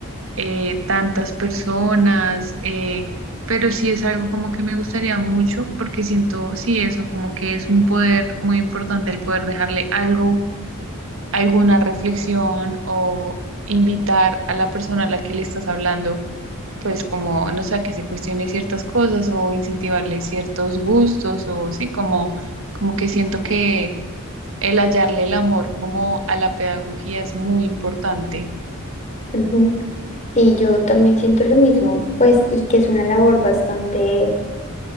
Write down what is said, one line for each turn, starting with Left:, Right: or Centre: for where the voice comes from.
Right: eh, tantas personas, eh, pero sí es algo como que me gustaría mucho porque siento, sí, eso como que es un poder muy importante el poder dejarle algo, alguna reflexión o invitar a la persona a la que le estás hablando pues como, no sé, a que se cuestione ciertas cosas o incentivarle ciertos gustos o sí, como, como que siento que el hallarle el amor como a la pedagogía es muy importante.
Left: ujú. Y yo también siento lo mismo, pues, y que es una labor bastante,